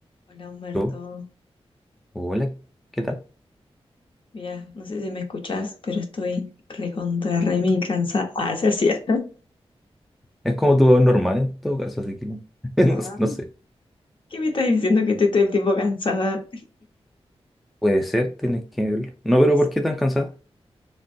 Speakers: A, on the left; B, in the centre.
A: Hola Humberto,
B: Aló, Hola, ¿qué tal?
A: mira, no sé si me escuchás, pero estoy recontra re mil cansada. <laughs> Ah, se hacía.
B: Es como tu voz normal en todo caso, así que <laughs>
A: Ah.
B: no, sé. no sé.
A: ¿Qué me estás diciendo que estoy todo el tiempo cansada?
B: Puede ser, tienes que verlo. No, pero
A: Pues,
B: ¿por qué tan cansada?